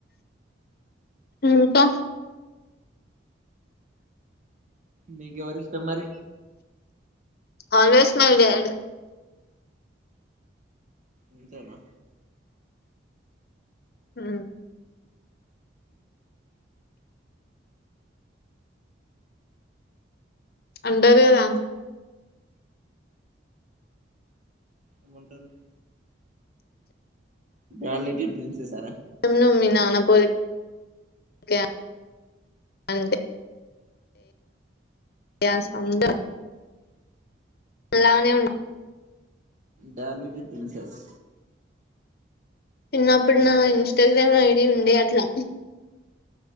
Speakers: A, on the left (about 55°); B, on the right (about 40°).
A: ఇంకా
B: మీకుకెవరిష్టం మరి
A: ఆల్వేస్ మై డాడ్
B: అంతేనా
A: మ్ అంటారు కదా
B: ఏమంటారు మీవాళ్ళకి ప్రిన్సెస్సా రా
A: మొత్తం మీ నాన్న పోలికే. ఒకే అంటే ఎ స
B: అంటారు
A: <unintelligible> అలానే ఉంట
B: డార్లింగ్ ప్రిన్సెస్
A: చిన్న అప్పుడు నా ఇన్స్టాగ్రామ్ ఐడి ఉండ అట్లా